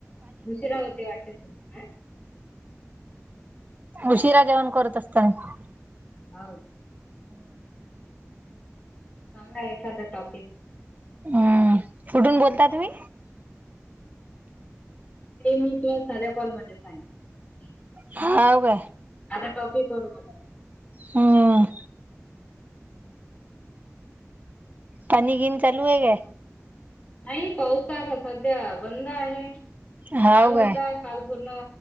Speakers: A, on the left; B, on the right.
A: उशिरा होते वाटते तुमचंआ
B: उशिरा जेवण करत असतो आणि
A: हो <unintelligible> सांगा एखादां टॉपीक
B: हम्म कुठून बोलता तुम्ही
A: ते मी तुला साध्या कॉल मध्ये सांगे
B: हाव काय
A: आता टॉपी करू
B: हम पाणी गिन चालू आहे का
A: नाही पाऊस आता सध्या बंद आहे
B: हाव
A: काल होताय
B: काय
A: काल पूर्ण